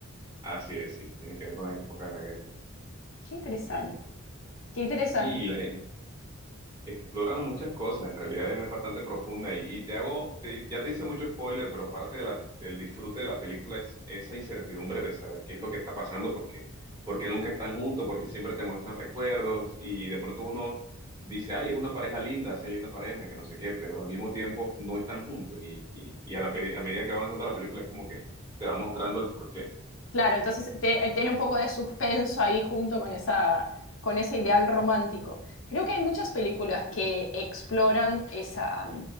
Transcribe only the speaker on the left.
Qué interesante.
Qué interesante.
Claro, entonces te- eh, tiene un poco de suspenso ahí junto con esa, con ese ideal romántico. Creo que hay muchas películas que exploran esa,